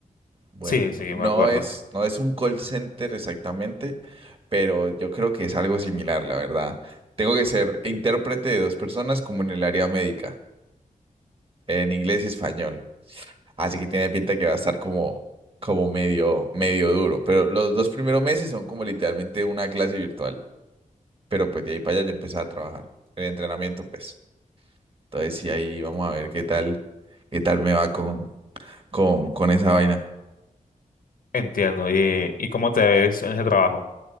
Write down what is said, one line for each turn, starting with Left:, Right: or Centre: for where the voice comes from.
Right: Bueno,
Left: Sí,
Right: no
Left: sí,
Right: no
Left: me acuerdo.
Right: es, no es un call center exactamente, pero yo creo que es algo similar, la verdad. Tengo que ser intérprete de dos personas como en el área médica, en inglés y español. Así que tiene pinta que va a estar como como medio, medio duro. Pero los dos primeros meses son como literalmente una clase virtual pero pues de ahí para allá ya empecé a trabajar en entrenamiento, pues. Entonces sí, ahí vamos a ver qué tal, qué tal me va con, con, con esa vaina.
Left: Entiendo. ¿Y, y cómo te ves en ese trabajo?